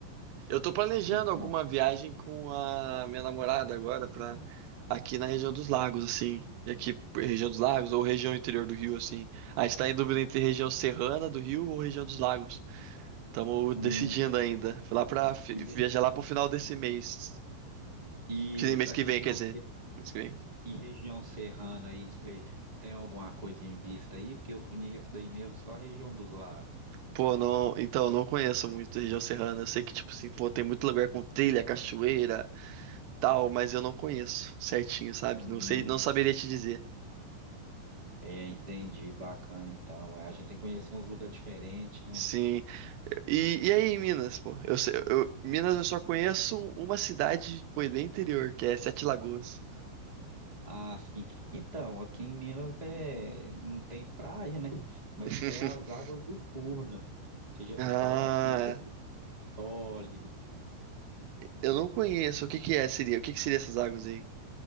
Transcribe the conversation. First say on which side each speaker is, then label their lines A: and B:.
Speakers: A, on the right; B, on the right.
A: Eu tô planejando
B: Então,
A: alguma viagem com a minha namorada agora pra aqui na região dos lagos, assim. E Aqui, região dos lagos ou região interior do Rio, assim. A gente tá em dúvida entre região serrana do Rio ou região dos lagos. Estamos
B: hum,
A: decidindo ainda. Fui Lá pra fi-
B: e, deixa-
A: viajar lá pro final desse mês.
B: e
A: Que mês
B: a
A: que
B: região,
A: vem, quer dizer. Mês que vem.
B: e região serrana aí, você tem alguma coisa em vista aí? Porque eu conheço daí mesmo só a região dos lagos.
A: Pô, não. Então, não conheço muito a região serrana. Eu sei que, tipo assim, pô, tem muito lugar com trilha, cachoeira, tal, mas eu não conheço certinho, sabe?
B: Hum,
A: Não sei, não saberia te dizer.
B: é, entendi, bacana então. É, a gente tem que conhecer uns lugares diferentes, né?
A: Sim. E, e aí, em Minas, pô? Eu, sei- eu- Minas eu só conheço uma cidade, pô, bem interior, que é Sete Lagoas.
B: Ah, sim. Então, aqui em Minas é... não tem praia, né? Mas
A: <laughs>
B: tem as águas do Furnas. Você já ouviu
A: Ah,
B: falar aqui, Capitólio?
A: eu não conheço. O que que é, seria? O que que seria essas águas aí?